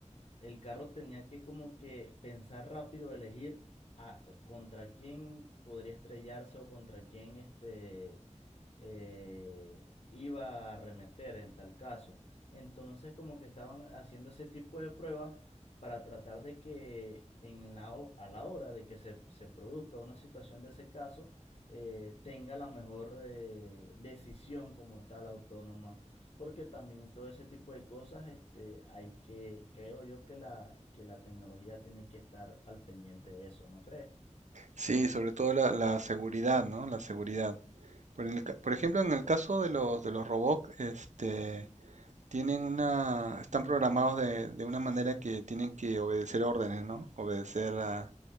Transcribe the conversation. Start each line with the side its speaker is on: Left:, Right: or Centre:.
Left: el carro tenía que como que pensar rápido, elegir a- contra quién podría estrellarse o contra quién este, eh, iba a arremeter en tal caso. Entonces como que estaban haciendo ese tipo de pruebas para tratar de que en la, a la hora de que se, se produzca una situación de ese caso, eh, tenga la mejor eh, decisión como tal autónoma porque también todo ese tipo de cosas, este, hay que, creo yo que la, que la tecnología tiene que estar al pendiente de eso, ¿no crees?
Right: Sí, sobre todo la, la seguridad, ¿no? La seguridad. Por, el ca- por ejemplo, en el caso de los, de los robots, este, tienen una, están programados de, de una manera que tienen que obedecer órdenes, ¿no? Obedecer a,